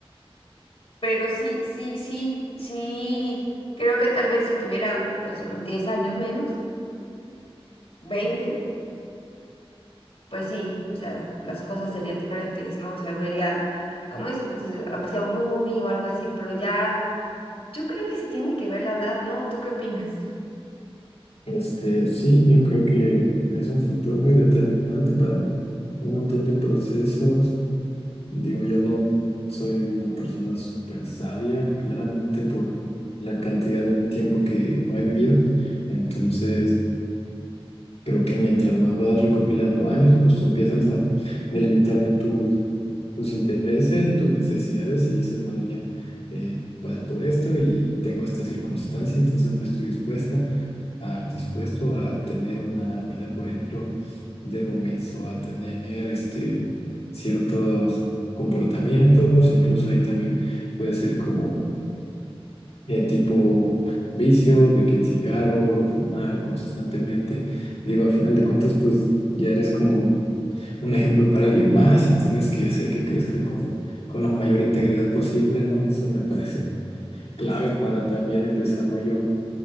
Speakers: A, on the left; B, on the left.
A: Pero sí, sí, sí, sí, creo que tal vez si tuviera pues unos 10 años menos, veinte pues sí, o sea, las cosas serían diferentes, ¿no? O sea, vería, ¿cómo es? Pues, dices, aunque sea un roomie o algo así, pero ya, yo creo que sí tiene que ver la edad, ¿no? ¿Tú qué opinas?
B: Este, sí, yo creo que es un factor muy determinante para un montón de procesos. Digo, yo no soy una persona súper sabia, claramente por la cantidad de tiempo que no he vivido. Entonces, Creo que mientras más vas recopilando años, justo empiezas a delimitar bien tus, tus intereses y tus necesidades y dices, bueno, ya eh, pasé por esto y tengo esta circunstancia, entonces no estoy dispuesta a, dispuesto a tener una vida, por ejemplo, de roommates o a tener este, ciertos comportamientos, incluso ahí también puede ser como eh, tipo vicio, de que el cigarro o fumar constantemente. Digo, a final de cuentas, pues ya eres como un, un ejemplo para alguien más y tienes que hacer que crezca con, con la mayor integridad posible, ¿no? Eso me parece clave para también el desarrollo